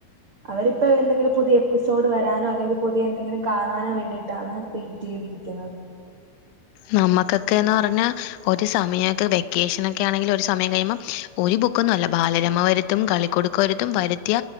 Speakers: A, on the right; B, on the left.
A: അവരിപ്പോ എന്തെങ്കിലും പുതിയ എപ്പിസോഡ് വരാനോ അല്ലെങ്കിൽ പുതിയ എന്തെങ്കിലും കാണാനോ വേണ്ടിട്ട് ട്ടാണ് വെയിറ്റ് ചെയ്തിരിക്കുന്നത്
B: നമ്മുക്കൊക്കെന്ന് പറഞ്ഞാ ഒരു സമയൊക്കെ വെക്കേഷൻ ഒക്കെ ആണെങ്കിൽ ഒരു സമയം കഴിയുമ്പം ഒരു ബുക്കൊന്നും അല്ല ബാലരമവരുത്തും കളിക്കൊടുക്കവരുത്തും വരുത്തിയ